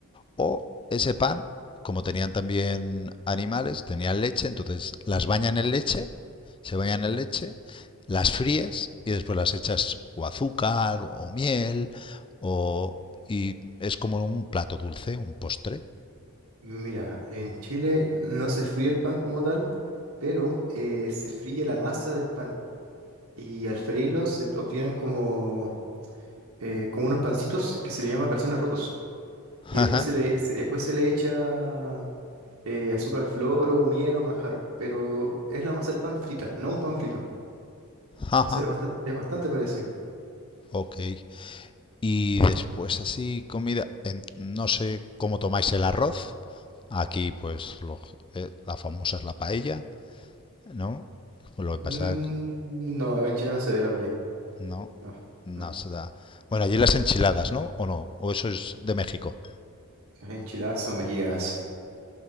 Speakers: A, on the left; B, on the right.
A: o ese pan, como tenían también animales, tenían leche, entonces las bañan en leche, se bañan en leche, las fríes y después las echas o azúcar o miel o... Y es como un plato dulce, un postre.
B: mira, en Chile no se fríe el pan como tal, pero eh, se fríe la masa del pan y al freírlo se obtienen como eh, como unos pancitos que se le llama calzones rotos. Y
A: Jaja,
B: después se le, se- después se le echa eh, azúcar al flor o miel o manjar. Pero es la masa del pan frita, no un pan frito.
A: jaja.
B: Entonces es bastante, es bastante parecido.
A: Ok. Y después así comida, en- no sé cómo tomáis el arroz. Aquí pues lo- eh, la famosa es la paella, ¿no? Pues lo
B: Mm,
A: que pasa
B: no, acá en Chile no se ve la paya.
A: No,
B: No,
A: no
B: no.
A: se da. Bueno, allí las enchiladas, ¿no? ¿O no? ¿O eso es de México?
B: Las enchiladas son mexicanas.